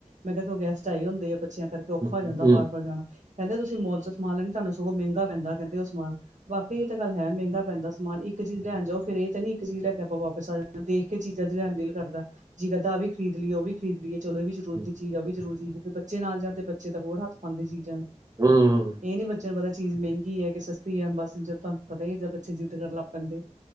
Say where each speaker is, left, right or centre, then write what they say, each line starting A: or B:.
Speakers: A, on the right; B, on the right.
A: ਮੈਂ ਕਿਆ ਕੇ ਗੈਸਟ ਆਏ ਹੁੰਦੇ ਆ ਬੱਚਿਆਂ ਕਰਕੇ ਔਖਾ
B: ਹੂੰ,
A: ਹੋ
B: ਹੂੰ,
A: ਜਾਂਦਾ ਬਾਰ ਬਾਰ ਜਾਣਾ। ਕੈਂਦੇ ਤੁਸੀਂ ਮੌਲ ਚੋ ਸਮਾਨ ਲੈਂਦੇ ਤਾਨੂੰ ਸਗੋਂ ਮੈਂਗਾ ਪੈਂਦਾ ਕੈਂਦੇ ਓ ਸਮਾਨ। ਵਾਕੇ ਏ ਤਾਂ ਗੱਲ ਹੈ ਮੈਂਗਾ ਪੈਂਦਾ ਸਮਾਨ ਇੱਕ ਇੱਕ ਚੀਜ਼ ਲੈਣ ਜਾਓ ਫੇਰ ਏ ਤਾ ਨੀ ਇੱਕ ਚੀਜ਼ ਲੈ ਕੇ ਆਪਾਂ ਵਾਪਿਸ ਆ ਜਾਣਾ ਦੇਖ ਕੇ ਚੀਜ਼ਾਂ ਲੈਣ ਦਿਲ ਕਰਦਾ। ਜੀ ਕਦਾ ਆ ਵੀ ਖਰੀਦ ਲੀਏ ਓ ਵੀ ਖਰੀਦ ਲੀਏ ਚਲੋ ਐ ਵੀ ਜ਼ਰੂਰਤ
B: ਹੂੰ,
A: ਦੀ ਚੀਜ਼ ਆ ਵੀ ਜ਼ਰੂਰੀ ਚੀ ਬੱਚੇ ਨਾਲ ਜਾਣ ਤੇ ਬੱਚੇ ਤਾ ਹੋਰ ਹੱਥ ਪਾਂਦੇ ਚੀਜ਼ਾਂ ਨੂੰ
B: ਹੂੰ,
A: ਏ ਨੀ ਬੱਚਿਆਂ ਨੂੰ ਪਤਾ ਚੀਜ਼ ਮੈਂਗੀ ਐ ਕਿ ਸਸ ਓਈ ਆ ਬਸ ਜਦ ਤਾਨੂੰ ਪਤਾ ਈ ਏ ਜ ਬੱਚੇ ਜਿੱਦ ਕਰਨ ਲੱਗ ਪੈਂਦੇ।